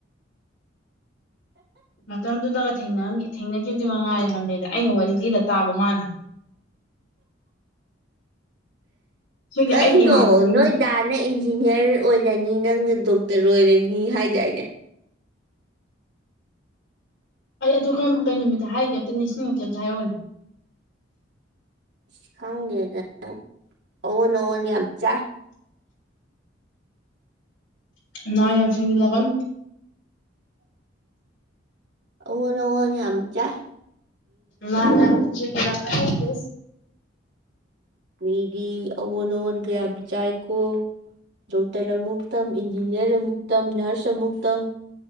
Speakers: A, on the left; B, on the right.
A: ꯃꯇꯝꯗꯨꯗꯒ ꯊꯦꯡꯅ ꯊꯦꯡꯅꯈꯤꯕꯗꯤ ꯃꯉꯥꯏꯔꯦ ꯍꯥꯏꯕꯅꯤꯗ ꯑꯩꯅ ꯋꯥꯔꯤ ꯂꯤꯗ ꯇꯥꯕ ꯃꯥꯅ ꯁꯤꯒꯤ
B: ꯀꯩ
A: ꯑꯩꯒꯤ
B: ꯅꯣ
A: ꯏꯃꯥꯟꯅꯕꯤꯒꯤ
B: ꯅꯣꯏ ꯗꯥꯅ ꯏꯟꯖꯤꯅꯤꯌꯥꯔ ꯑꯣꯏꯔꯅꯤ ꯅꯪꯅ ꯗꯣꯛꯇꯔ ꯑꯣꯏꯔꯅꯤ ꯍꯥꯏꯗꯥꯏꯅꯦ
A: ꯑꯩ ꯑꯗꯨ ꯈꯔ ꯃꯈ ꯀꯩ ꯅꯨꯃꯤꯠꯇ ꯍꯥꯏꯒꯦ ꯑꯝꯇ ꯅꯤꯡꯁꯤꯡ ꯑꯣꯁꯦ ꯑꯝꯇ ꯍꯥꯏꯔꯛꯎꯅꯦ
B: ꯑꯁ ꯈꯪꯗꯦꯗꯅ ꯅꯪ ꯑꯑꯣꯟ ꯑꯑꯣꯟꯟ ꯌꯥꯝ ꯆꯥꯏ
A: ꯅꯥ ꯌꯥꯝ ꯁꯤꯛꯖꯤꯜꯂꯛꯀꯅꯣ
B: ꯑꯑꯣꯟ ꯑꯑꯣꯟ ꯌꯥꯝꯆꯥꯏ
A: ꯅꯥ ꯌꯥꯝ ꯁꯤꯛꯖꯤꯜꯂꯛꯀꯅꯣ <unintelligible>
B: ꯃꯤꯗꯤ ꯑꯥ ꯑꯣꯟ ꯑꯣꯟꯒ ꯌꯥꯝ ꯆꯥꯏꯀꯣ ꯗꯣꯛꯇꯔ ꯑꯃꯨꯛ ꯇꯝ ꯏꯟꯖꯤꯅꯤꯌꯥꯔ ꯑꯃꯨꯛ ꯇꯝ ꯅꯔꯁ ꯑꯃꯨꯛ ꯇꯝ